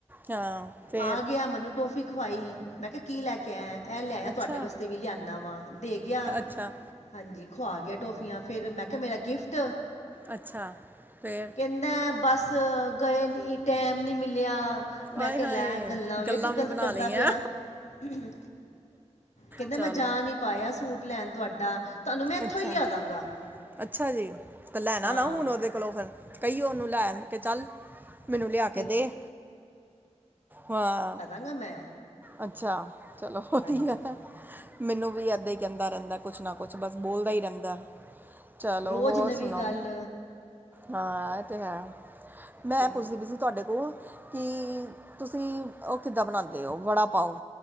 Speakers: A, on the right (about 15°); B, on the left (about 75°).
A: ਹਾਂ ਫੇਰ
B: ਆ ਗਿਆ ਮਨੂੰ ਟੋਫੀ ਖਵਾਈ, ਮੈਂ ਕਿਹਾ ਕੀ ਲੈ ਕੇ ਆਇਆ? ਇਹ ਲਿਆਵਾ
A: ਅੱਛਾ
B: ਤੁਹਾਡੇ ਵਾਸਤੇ ਵੀ ਲਿਆਣਾ ਵਾ, ਦੇ ਗਿਆ।
A: ਅੱਛਾ
B: ਹਾਂਜੀ, ਖੁਆ ਗਿਆ ਟੋਫੀਆਂ। ਫੇਰ ਮੈਂ ਕਿਆ ਮੇਰਾ ਗਿਫਟ।
A: ਅੱਛਾ, ਫੇਰ?
B: ਕੈੰਦਾ, ਬੱਸ ਗਏ ਨੀ। ਈ ਟੈਮ ਨੀ ਮਿਲਿਆ। ਮੈਂ
A: ਆਏ
B: ਕਿਹਾ
A: ਹਾਏ
B: ਲੈ ਗੱਲਾਂ ਵੇਖ
A: ਵੀ
B: ਗਲ
A: ਬਣਾ
B: ਕਰਦਾ
A: ਲਈਆਂ
B: ਪਿਆ। ਹੂੰ, ਕੈੰਦਾ
A: ਚਲੋ
B: ਮੈਂ ਜਾ ਨੀ ਪਾਇਆ ਸੂਟ ਲੈਣ ਤੁਹਾਡਾ। ਤੁਹਾਨੂੰ ਮੈਂ ਇੱਥੋਂ
A: ਅੱਛਾ,
B: ਹੀ ਲਿਆ ਦਾਂਗਾ
A: ਅੱਛਾ ਜੀ। ਤਾਂ ਲੈਣਾ
B: ਹਾਂ
A: ਨਾ ਹੁਣ ਓਹਦੇ ਕੋਲੋ ਫਿਰ ਕਈ ਉਹਨੂੰ ਲੈਨ ਚੱਲ। ਮੈਨੂੰ ਲਿਆ ਕੇ
B: ਕਹਿੰ-
A: ਦੇ, ਹਾਂ।
B: ਕਹਿਣਾ ਮੈਂ।
A: ਅੱਛਾ। ਚਲੋ ਵਧੀਆ
B: ਹਾਂਜੀ
A: ਏ, ਮੈਨੂੰ ਵੀ ਇੱਦਾਂ ਕਹਿੰਦਾ ਰਹਿੰਦਾ ਕੁਛ ਨਾ ਕੁਛ ਬਸ ਬੋਲਦਾ ਹੀ ਰਹਿੰਦਾ। ਚਲੋ
B: ਰੋਜ਼
A: ਹੋਰ
B: ਨਵੀਂ
A: ਸੁਣਾਓ।
B: ਗੱਲ
A: ਹਾਂ ਇਹ ਤੇ ਹੈ, ਮੈਂ
B: ਕਹਿੰ-
A: ਪੁੱਛਦੀ ਪਈ ਸੀ ਤੁਹਾਡੇ ਕੋਲ ਕਿ ਤੁਸੀਂ ਉਹ ਕਿੱਦਾਂ ਬਣਾਂਦੇ ਹੋ ਬੜਾ ਪਾਓ,